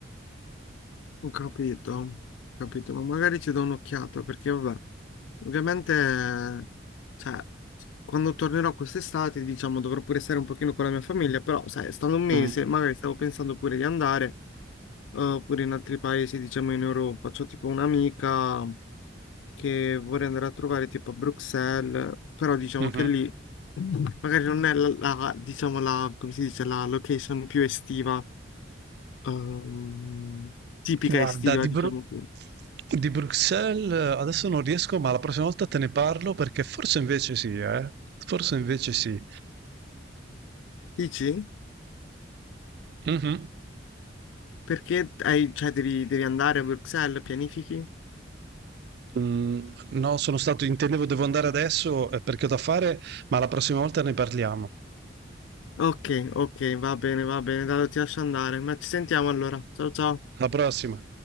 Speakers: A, on the left; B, on the right.
A: Ho capito, ho capito, ma magari ci do un'occhiata perché, vabbè, ovviamente, eh, cioè, quando tornerò quest'estate, diciamo, dovrò pure stare un pochino con la mia famiglia, però, sai, stando un mese,
B: Mm.
A: magari stavo pensando pure di andare. oppure in altri paesi, diciamo in Europa. C'ho tipo un'amica che vorrei andare a trovare tipo a Bruxelles, però diciamo
B: Mhm.
A: che lì magari non è la, la- diciamo la, come si dice, la location più estiva, ehm, tipica
B: Guarda,
A: estiva,
B: di,
A: diciamo.
B: Bru- di Bruxelles eh, adesso non riesco, ma la prossima volta te ne parlo perché forse invece sì, eh? Forse invece sì.
A: Dici?
B: Mhm.
A: Perché hai- cioè, devi, devi andare a Bruxelles, pianifichi?
B: Mhmm, no, sono stato intendevo devo andare adesso, ehm, perché ho da fare, ma la prossima volta ne parliamo.
A: Ok, ok, va bene, va bene, dai, ti lascio andare, ma ci sentiamo allora. Ciao ciao.
B: Alla prossima.